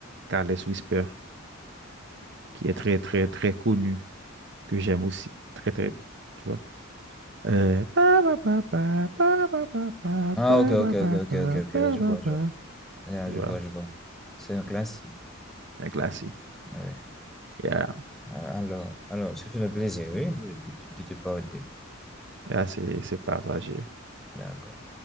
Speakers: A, on the right (about 60°); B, in the centre.
A: Carlos Whisper. qui est
B: Hmm,
A: très, très, très connu, que j'aime aussi. Très, très,
B: ok.
A: tu vois. Euh, pa, pa, pa, pa, pa, pa, pa,
B: Ah,
A: pa, pa,
B: ok, ok,
A: pa, pa,
B: ok, ok,
A: pa,
B: ok,
A: pa,
B: ok. Je
A: pa,
B: vois,
A: pa.
B: je vois. Ah,
A: Voilà,
B: Je vois, je vois. C'est un classique.
A: un classique.
B: Ouais.
A: Yeah,
B: Alors, alors, ce fut un plaisir, oui, de, de, de- de te parler.
A: yeah, c'est c'est partagé.
B: D'accord.